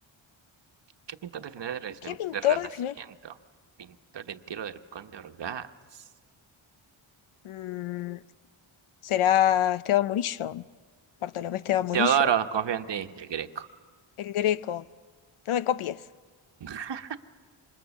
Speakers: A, on the right; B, on the left.
A: ¿Qué pintor de finales
B: ¿Qué
A: del Renacim-
B: pintor
A: del Renacimiento?
B: definió?
A: Pintó el entierro del conde Orgaz.
B: el- será Esteban Murillo, Bartolomé Esteban Murillo,
A: Teodoro, confío en ti, el greco.
B: el Greco. No me copies.
A: <laughs>